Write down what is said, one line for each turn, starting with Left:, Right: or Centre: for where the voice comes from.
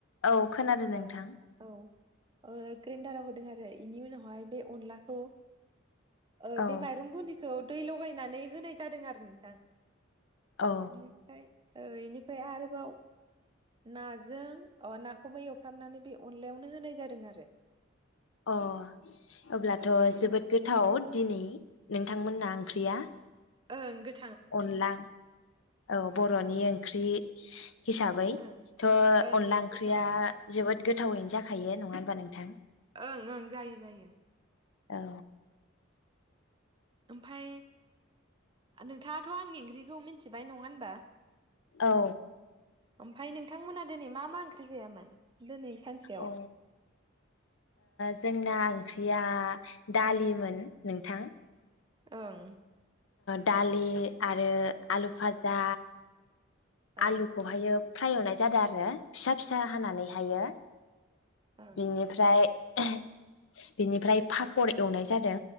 Left: औ खोनादों
Right: औ
Left: नोंथां
Right: औ ओ ग्रेन्डाराव होदों आरो इनि उनावहाय बे अनलाखौ ओ
Left: औ
Right: बे माइरं गुन्दिखौ दै लगायनानै होनाय जादों आरो नोंथां
Left: औ
Right: बेनिफ्राय ओ इनिफ्राय आरोबाव नाजों नाखौबो एवफ्रामनानै बे अनलायावनो होनाय जादों आरो
Left: अ अब्लाथ'
Right: औ
Left: जोबोद
Right: इन
Left: गोथाव दिनै नों नोंथांमोना ओंख्रिया
Right: ओं गो
Left: अनला औ बर'नि
Right: ओं
Left: ओंख्रि हिसाबै
Right: ओं
Left: थ'
Right: ओं
Left: अनला
Right: ओं
Left: ओंख्रिया
Right: गोथाव
Left: जोबोद गोथावैनो जाखायो नङा होमबा नोंथां।
Right: ओं ओं जायो जायो।
Left: औ
Right: ओमफाय नोंथाङाथ' आंनि ओंख्रिखौ मिथिबाय नङा होनबा
Left: औ
Right: ओमफाय नोंथांमोना दिनै मा मा ओंख्रि जायामोन। दिनै सानसेयाव
Left: अ जोंनां ओंख्रिया दालिमोन नोंथां
Right: ओं
Left: दालि आरो आलु फाजा
Right: ओं
Left: आलुखौहायो फ्राय एवनाय जादों आरो फिसा फिसा हानानै हायो।
Right: ओं
Left: बिनिफ्राय बिनिफ्राय पापर एवनाय जादों